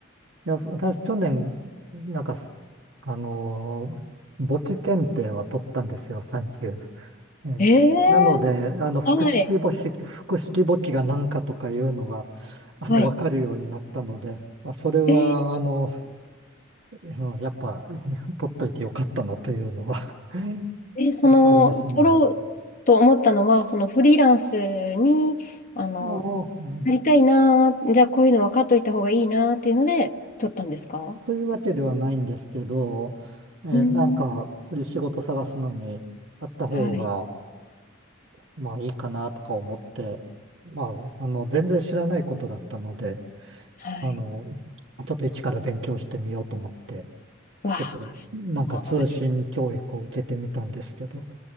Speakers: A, on the right (about 65°); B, on the left (about 40°).
A: いや、私去年、なんかす、あの、簿記検定は取ったんですよ、3級。ええなので、
B: えー、
A: あの、複式簿記、
B: はい。
A: 複式簿記が何かとかいうのが、あの、
B: はい。
A: わかるようになったので、あ、それは、
B: えー
A: あの、うんやっぱ、<laughs> 取っといてよかったなというのは <laughs>
B: えーその、
A: ありますね。
B: 取ろうと思ったのは、そのフリーランスに、あの、
A: ああ、うん
B: なりたいなー、じゃあこういうの分かっといた方がいいなーっていうので、取ったんですか
A: というわけではないんですけど、えーなんか、
B: うん。
A: 仕事探すのにあった方が、
B: はい。
A: まあいいかなとか思って、まあ、あの、全然知らないことだったので、
B: はい。
A: あの、ちょっと一から勉強してみようと思って、
B: わあ、
A: ちょっと、
B: すごい。
A: なんか通信教育を受けてみたんですけど、